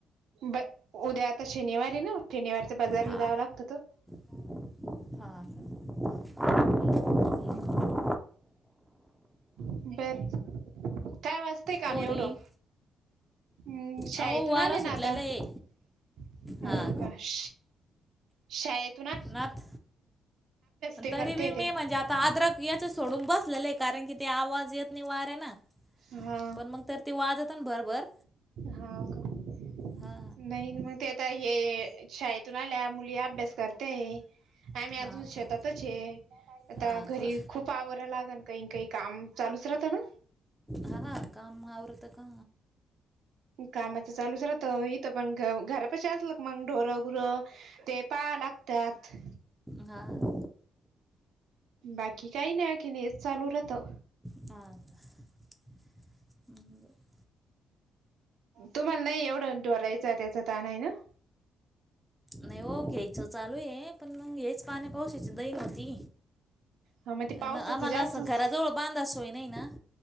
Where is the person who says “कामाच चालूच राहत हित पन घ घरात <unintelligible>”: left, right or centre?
Right